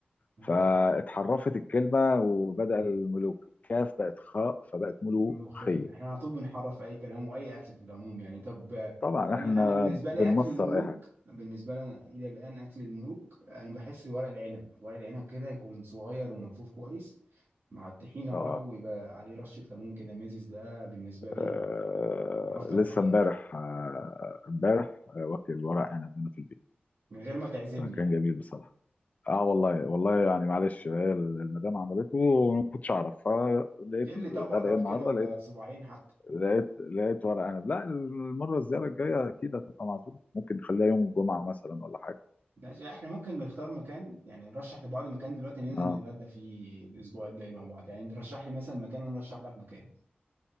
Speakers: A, on the right (about 80°); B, on the left (about 40°).
A: آه
B: فاتحرفت
A: طبعا
B: الكلمه وبدا الملوك الكاف بقت خاء فبقت ملوخيه
A: ملوخية إحنا على طول بنحرف أي كلام وأي أكل في العموم يعني طب آه،
B: طبعا
A: أنا
B: احنا
A: أنا بالنسبة
B: بنمصر
A: لي أكل الملوك
B: اي حاجه
A: بالنسبة لي أنا إلى الآن أكل الملوك أنا بحس ورق العنب ورق العنب كده يكون صغير وملفوف كويس مع الطحينة
B: اه
A: بقى ويبقى عليه رشة ليمون كده ميزز ده بالنسبة لي
B: آه
A: من أفضل
B: لسه
A: الحاجات
B: امبارح آه، امبارح آه واكل الورق عنب هنا في البيت
A: من غير ما تعزمني
B: فكان
A: يعني
B: جميل بصراحه اه والله والله يعني معلش هي المدام عملته وما كنتش اعرف فلقيت
A: كل
B: الغدا
A: طبق طب
B: ايه النهارده
A: كده ولا
B: لقيت
A: صباعين حتى
B: لقيت لقيت ورق عنب لا المره الزياره الجايه اكيد هتبقى معزوم ممكن نخليها يوم الجمعه مثلا ولا حاجه
A: ماشي احنا ممكن نختار مكان يعني نرشح لبعض مكان دلوقتي ننزل
B: اه
A: نتغدى فيه الاسبوع الجاي مع بعض يعني ترشح لي مثلا مكان وانا ارشح لك مكان